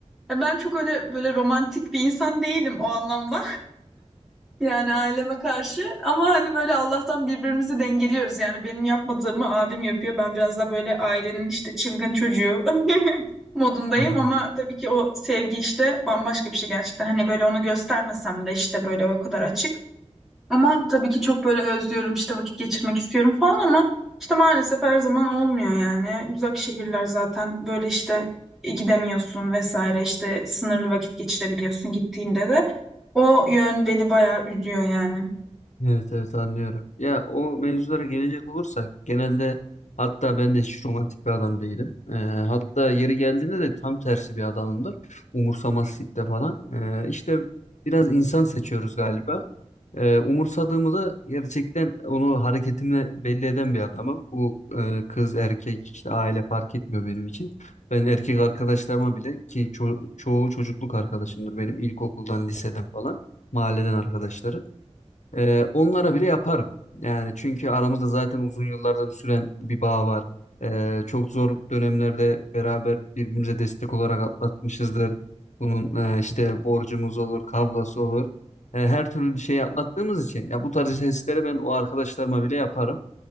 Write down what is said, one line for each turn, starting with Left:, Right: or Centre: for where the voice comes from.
Centre: E, Ben çok öyle böyle romantik bir insan değilim o anlamda. Yani aileme karşı ama hani böyle Allah'tan birbirimizi dengeliyoruz. Yani benim yapmadığımı abim yapıyor. Ben biraz da böyle ailenin işte çılgın çocuğu <laughs> modundayım
Left: Anladım.
Centre: ama tabii ki o sevgi işte bambaşka bir şey gerçekten. Hani böyle onu göstermesem de işte böyle o kadar açık. Ama tabii ki çok böyle özlüyorum işte vakit geçirmek istiyorum falan ama işte maalesef her zaman olmuyor yani. Uzak şehirler zaten böyle işte e, gidemiyorsun vesaire işte sınırlı vakit geçirebiliyorsun gittiğinde de. O yön beni bayağı üzüyor yani.
Left: Evet evet anlıyorum. Ya o mevzulara gelecek olursak genelde hatta ben de hiç romantik bir adam değilim. Ee, hatta yeri geldiğinde de tam tersi bir adamımdır. Umursamazlıkta falan. Ee, işte biraz insan seçiyoruz galiba. Ee, umursadığımı da gerçekten onu hareketimle belli eden bir adamım. Bu e, kız erkek işte aile fark etmiyor benim için. Ben erkek arkadaşlarıma bile ki ço- çoğu çocukluk arkadaşımdır benim ilkokuldan liseden falan mahalleden arkadaşları. Ee, onlara bile yaparım. Yani çünkü aramızda zaten uzun yıllarda bir süren bir bağ var. Ee, çok zor dönemlerde beraber birbirimize destek olarak atlatmışızdır. Bunun e, işte borcumuz olur, kavgası olur. E, her türlü şeyi atlattığımız için ya bu tarz jestleri ben o arkadaşlarıma bile yaparım.